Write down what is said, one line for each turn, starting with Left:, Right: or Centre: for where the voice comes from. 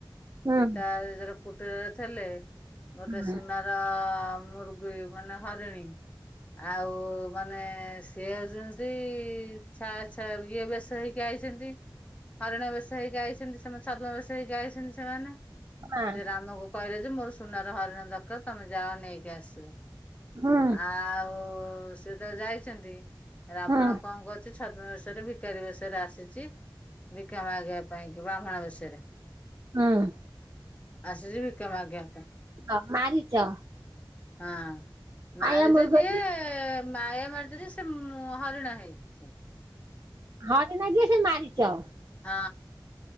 Right: ହୁଁ
Left: ସୀତା ଜେତବେଳେ କୁଟୀରରେ ଥିଲେ ଗୋଟେ
Right: ହୁଁ
Left: ସୁନାର ଅ-ଅ ମୁର୍ଗୀ ମାନେ ହରିଣୀ ଆଉ ମାନେ ସିଏ ଯେମିତି ଛା, ଛା, ଇଏ ବେଶ ହେଇକି ଆଇଚନ୍ତି। ହରିଣ ବେଶ ହେଇକି ଆଇଚନ୍ତି ସେମାନେ ସଦ୍ମ ବେଶ ହେଇକି ଆଇଚନ୍ତି ସେମାନେ
Right: ମା
Left: ରାମକୁ କହିଲେ ଯେ ମୋର ସୁନାର ହରିଣ ଦରକାର ତମେ ଯାଅ ନେଇକି ଆସିବ।
Right: ହୁଁ
Left: ଆଉ ଉ ସେଏ ଜେତବେଳେ ଯାଇଚନ୍ତି। ରାବଣ
Right: ହୁଁ
Left: କଣ କରଚି ଛୁ ଛଦ୍ମ ବେଶରେ ଭିକାରୀ ବେଶରେ ଆସିଛି ଭିକ୍ଷା ମାଗିବା ପାଇଁ କି ବ୍ରାହ୍ମଣ ବେଶରେ
Right: ହୁଁ
Left: ଆସିଛି ଭିକ୍ଷା ମାଗିବା ପାଇଁ।
Right: ହଁ ମାରିଚ?
Left: ହଁ, ମାରିଚ
Right: ଆୟା ମୃଗ
Left: ଯିଏ, ମାୟା ମାରିଚ ଯିଏ ସେ ମୁଁ ହରିଣ ହଏ ସେ
Right: ହରିଣ ଯିଏ ସେ ମାରିଚ।
Left: ହଁ,